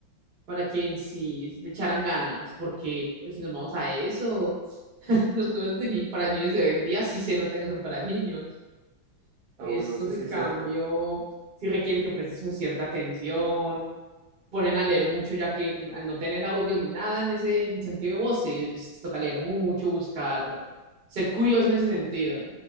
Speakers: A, on the right; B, on the right.
A: para que en sí le echaran ganas, porque pues, si nos vamos a eso, <laughs> los juegos de ni- para niños de hoy en día sí se nota que son para niños.
B: Ah,
A: Estos,
B: bueno, eso sí
A: en cambio,
B: es cierto.
A: sí requieren que prestes una cierta atención, ponen a leer mucho, ya que pues, al no tener audio ni nada en ese en sentido de voces, toca leer mucho, buscar, ser curioso en ese sentido.